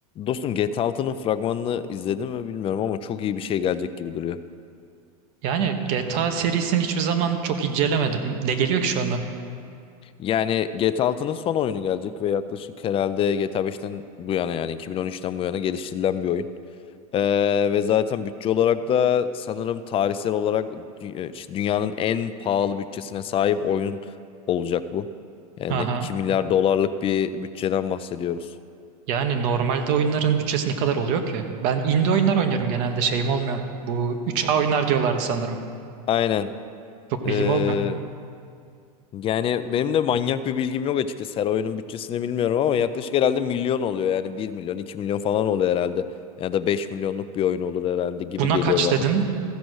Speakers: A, on the left (about 30°); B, on the right (about 55°).
A: Dostum GTA Altının fragmanını izledim mi bilmiyorum ama çok iyi bir şey gelecek gibi duruyor.
B: Yani GTA serisini hiçbir zaman çok incelemedim. Ne geliyor ki şu anda?
A: Yani GTA Altının son oyunu gelecek ve yaklaşık herhalde GTA 5'ten bu yana yani 2013'ten bu yana geliştirilen bir oyun. Ee, ve zaten bütçe olarak da sanırım tarihsel olarak dü- e, dünyanın en pahalı bütçesine sahip oyun olacak bu. Yani
B: Aha.
A: 2 milyar dolarlık bir bütçeden bahsediyoruz.
B: Yani normalde oyunların bütçesi ne kadar oluyor ki? Ben indie oyunlar oynuyorum genelde şeyim olmuyor. Bu üç a oyunlar diyorlardı sanırım.
A: Aynen.
B: Çok
A: Ee,
B: bilgim olmuyor.
A: Yani benim de manyak bir bilgim yok açıkçası. Her oyunun bütçesini bilmiyorum ama yaklaşık herhalde milyon oluyor. Yani bir milyon, 2 milyon falan oluyor herhalde. Ya da 5 milyonluk bir oyun olur herhalde gibi
B: Buna
A: geliyor
B: kaç
A: bana.
B: dedin?